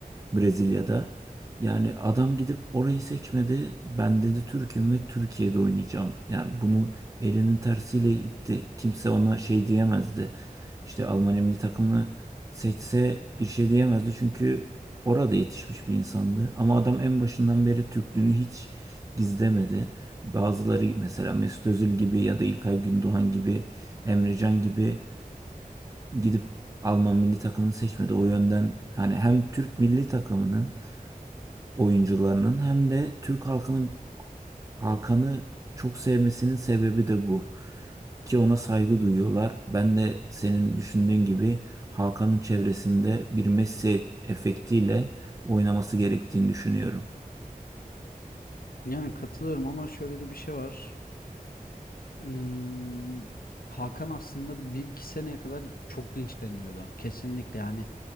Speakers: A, on the right (about 20°); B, on the left (about 80°).
A: Brezilya'da. Yani adam gidip orayı seçmedi. Ben dedi Türk'üm ve Türkiye'de oynayacağım. Yani bunu elinin tersiyle itti. Kimse ona şey diyemezdi. İşte Almanya milli takımını seçse bir şey diyemezdi çünkü orada yetişmiş bir insandı. Ama adam en başından beri Türklüğünü hiç gizlemedi. Bazıları mesela Mesut Özil gibi ya da İlkay Gündoğan gibi, Emre Can gibi gidip Alman milli takımını seçmedi. O yönden hani hem Türk milli takımının oyuncularının hem de Türk halkının Hakan'ı çok sevmesinin sebebi de bu. Ki ona saygı duyuyorlar. Ben de senin düşündüğün gibi Hakan'ın çevresinde bir Messi efektiyle oynaması gerektiğini düşünüyorum.
B: Yani katılıyorum ama şöyle de bir şey var. Hmm, Hakan aslında bir iki seneye kadar çok gençleniyordu. Kesinlikle yani